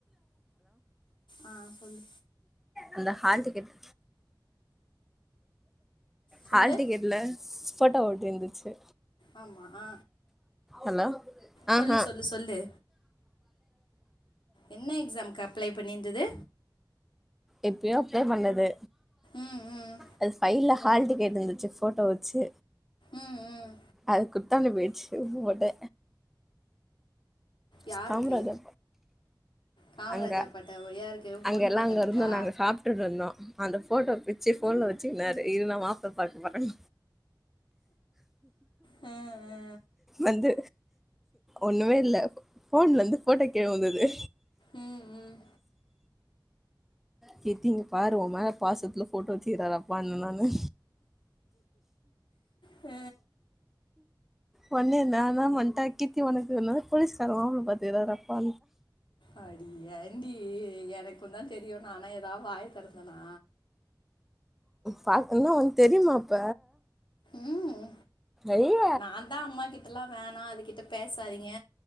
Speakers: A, on the left; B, in the centre.
A: ஆஹ் சொல்லு
B: அந்த ஹால் டிக்கெட்
A: சொல்லு
B: ஹால் டிக்கெட்ல ஃபோட்டோ ஒட்டி இருந்துச்சு
A: ஆமாம் ஆ
B: ஹலோ ஆஹ
A: சொல்லு சொல்லு சொல்லு என்ன எக்ஸாம்க்கு அப்ளே பண்ணியிருந்துது
B: எப்பெயோ அப்ளே பண்ணது
A: ம் ம்
B: அது ஃபைல்ல ஹால் டிக்கெட் இருந்துச்சு போட்டோ வச்சு
A: ம் ம்
B: அது குத்தாண்டு போயிடுச்சு உ போட்ட
A: யாருக்கு
B: சாம்ராஜா
A: காமராஜா
B: அங்க
A: பாட்ட யாருக்கு
B: அங்க
A: பொண்ணு
B: எல்லா
A: பார்க்கறதுக்கா
B: அங்க இருந்தோ நாங்க சாப்டுட்டு இருந்தோ அந்த ஃபோட்டோ விச்சு போன்ல வச் சின்னாரு இரு நா மாப்ள பாக்க போறேன்
A: ஆ ஆ
B: வந்து ஒண்ணுமே இல்ல ஃபோன்ல இருந்து ஃபோட்டோ கீழ உழுந்துது
A: ம் ம்
B: கீர்த்தி இங்க பாரு ஒம்மேல பாசத்துல போட்டோ தி தரப்பனுனானு
A: ஹ
B: ஒட்னே நான்தா வந்ட்டா கீர்த்தி உனக்கு என்ன போலீஸ்கார மாப்ள பாத்துக்கிறாப்பா
A: அடி ஏன்டி எனக் அப்பந்தா தெரியு நானா எதா வாய தெறந்தேனா
B: பாக்குனா ஒண்ணு தெரியுமா அப்ப
A: ம்
B: ஐய
A: நான் தான் அம்மா கிட்டல்லாம் வேணாம் அது கிட்ட பேசாதீங்க